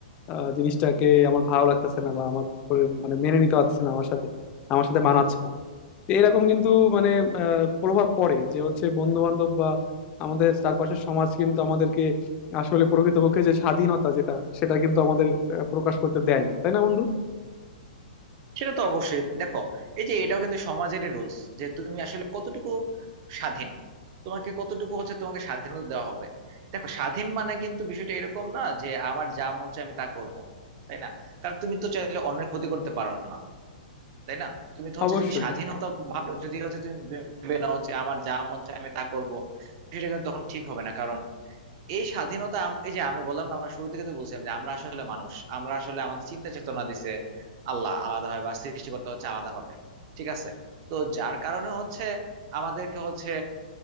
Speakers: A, on the left; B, on the right.
A: আহ, জিনিসটাকে আমার ভালো লাগতেছে না বা আমার পরে মানে মেনে নিতে পারছে না আমার সাথে আমার সাথে মানাচ্ছে না তো এরকম কিন্তু মানে আহ, প্রভাব পড়ে যে হচ্ছে বন্ধু বান্ধব বা আমাদের চারপাশের সমাজ কিন্তু আমাদেরকে আসলে প্রকৃতপক্ষে যে স্বাধীনতা যেটা সেটা কিন্তু আমাদের আহ, প্রকাশ করতে দেয় না তাই না বন্ধু
B: সেটা তো অবশ্যই দেখো এই যে এটাও কিন্তু সমাজেরই রুলস যে তুমি আসলে কতটুকু স্বাধীন তোমাকে কতটুকু হচ্ছে তোমাকে স্বাধীনতা দেওয়া হবে দেখো স্বাধীন মানে কিন্তু বিষয়টা এরকম না যে আমার যা মন চায় আমি তা করব তাই না কারণ তুমি তো চাইলে অন্যের ক্ষতি করতে পারো না তাই না তুমি তো হচ্ছে
A: অবশ্যই
B: যদি স্বাধীনতা ভাবে যদি হচ্ছে তুমি ভেবে নাও যে আমার যা মন চায় আমি তা করব বিষয়টা কিন্তু তখন ঠিক হবে না কারণ এই স্বাধীনতা আম- এই যে আমি বললাম না আমরা শুরু থেকে তো বলছিলাম যে আমরা আসলে মানুষ আমরা আসলে আমাদের চিন্তা চেতনা দিছে আল্লাহ আলাদা হয় বা সৃষ্টি করতে হচ্ছে আলাদা হবে ঠিক আছে তো যার কারণে হচ্ছে আমাদেরকে হচ্ছে